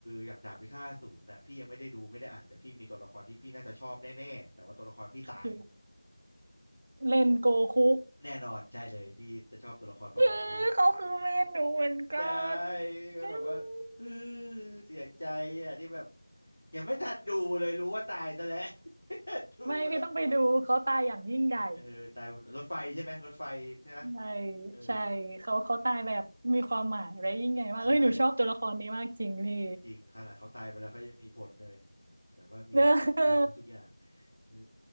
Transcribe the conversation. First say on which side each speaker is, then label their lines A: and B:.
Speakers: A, on the left; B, on the right.
A: อย่างดาบพิฆาตอสูรน่ะพี่ยังไม่ได้ดูไม่ได้อ่านแต่พี่มีตัวละครที่พี่น่าจะชอบแน่ๆแต่ว่าตัวละครพี่ตาย
B: คือเล่นโกคุ
A: แน่นอนใช่เลยพี่จะชอบตัวละครประมาณนี้
B: เออเขาคือเมนหนูเหมือนกัน
A: ใช่ก็แบบว่าเออ
B: อืม
A: เสียใจอ่ะที่แบบ ยังไม่ทันดูเลยรู้ว่าตายซะแล้ว <laughs> ไม่ทันดูเลย
B: ไม่พี่ต้องไปดูเขาตายอย่างยิ่งใหญ่
A: เออตายรถไฟใช่ไหมรถไฟใช่ไหม
B: ใช่
A: เออ
B: ใช่เขาเขาตายแบบมีความหมายและยิ่งใหญ่มากเอ้ยหนูชอบตัวละครนี้มากจริงพี่
A: ใช่จริงขนาดเขาตายไปแล้วเขายังมีผลเลยแบบว่ามีทุกทำทุกๆอย่าง
B: <laughs> เออ
A: เออ